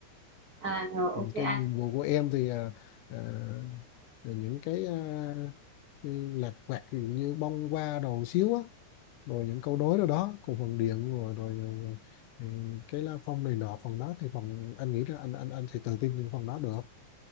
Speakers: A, on the right; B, on the left.
A: À rồi ok
B: Ừ, cái
A: anh.
B: nhiệm vụ của em thì ờ, ờ, là những cái ờ, cái lặt vặt ví dụ như bông hoa đồ xíu á rồi những câu đối đó đó cùng phần điện rồi rồi, rồi ừ, cái lá phong này nọ phần đó thì phần anh nghĩ là anh anh anh thì tự tin những phần đó được